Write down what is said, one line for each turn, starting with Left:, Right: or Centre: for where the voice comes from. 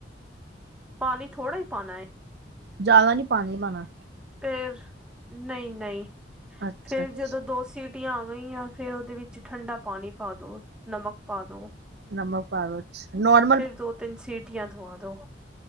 Centre: ਪਾਨੀ ਥੋੜਾ ਈ ਪਾਨਾ ਏ।
Right: ਜ਼ਿਆਦਾ ਨੀ ਪਾਨੀ ਪਾਨਾ।
Centre: ਫੇਰ, ਨਹੀਂ-ਨਹੀੱ,
Right: ਅੱਛਾ
Centre: ਫੇਰ
Right: ਅੱਛਾ
Centre: ਜਦੋਂ ਦੋਸ ਸੀਟੀਆਂ ਹੋ ਗਈਆਂ, ਫੇਰ ਉਹਦੇ ਵਿੱਚ ਠੰਡਾ ਪਾਣੀ ਪਾਦੋ, ਨਮਕ ਪਾਦੋ।
Right: ਨਮਕ ਪਾਦੋ ਨੌਰ
Centre: ਫਿਰ ਦੋ ਤਿੰਨ ਸੀਟੀਆਂ ਦਵਾ ਦੋ